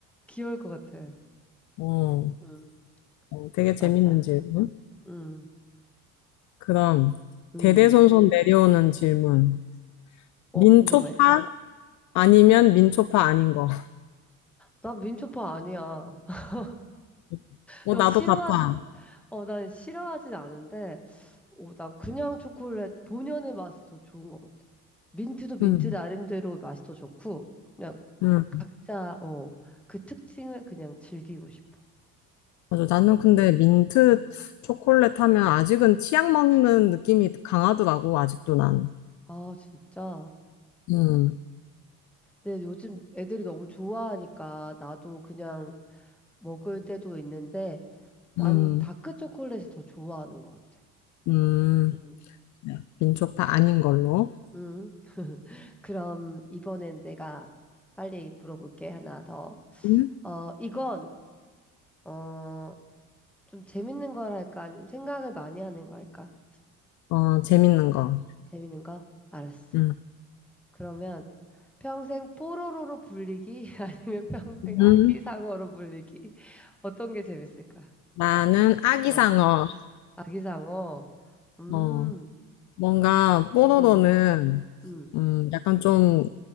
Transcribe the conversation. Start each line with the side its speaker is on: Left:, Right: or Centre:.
Centre: 귀여울 것 같아.
Left: 어,
Centre: 응,
Left: 어, 되게 재밌는
Centre: 맞아.
Left: 질문.
Centre: 응,
Left: 그럼,
Centre: 응.
Left: 대대손손 내려오는 질문.
Centre: 어,
Left: 민초파?
Centre: 궁금해.
Left: 아니면 민초파 아닌 거.
Centre: 나 민초파 아니야. <laughs>
Left: <laughs> 어,
Centre: 근데 막
Left: 나도
Centre: 싫어하진,
Left: 같아.
Centre: 어, 난 싫어하진 않은데, 어, 난 그냥 초콜릿 본연의 맛이 더 좋은 것 같아. 민트도 민트
Left: 응,
Centre: 나름대로 맛이 더 좋고, 그냥
Left: 응.
Centre: 각자, 어, 그 특징을 그냥 즐기고 싶어.
Left: 맞아.
Centre: 응.
Left: 나는 근데 민트 초콜릿 하면 아직은 치약 먹는 느낌이 강하더라고, 아직도 난.
Centre: 아, 진짜.
Left: 음,
Centre: 근데 요즘 애들이 너무 좋아하니까 나도 그냥 먹을 때도 있는데, 나는
Left: 음,
Centre: 다크 초콜릿을 더 좋아하는 것 같아.
Left: 음.
Centre: 응.
Left: 민초파 아닌 걸로.
Centre: 응. 그럼 이번엔 내가 빨리 물어볼게, 하나 더.
Left: 음?
Centre: 어, 이건, 어, 좀 재밌는 걸 할까? 아니면 생각을 많이 하는 거 할까?
Left: 어, 재밌는 거.
Centre: 재밌는 거? 알았어.
Left: 음.
Centre: 그러면 평생 뽀로로로 불리기 <laughs> 아니면 평생
Left: 음.
Centre: 아기상어로 불리기 어떤 게 재밌을까?
Left: 나는 아기상어.
Centre: 어, 아기상어. 음,
Left: 어, 뭔가 뽀로로는
Centre: 음, 음.
Left: 음, 약간 좀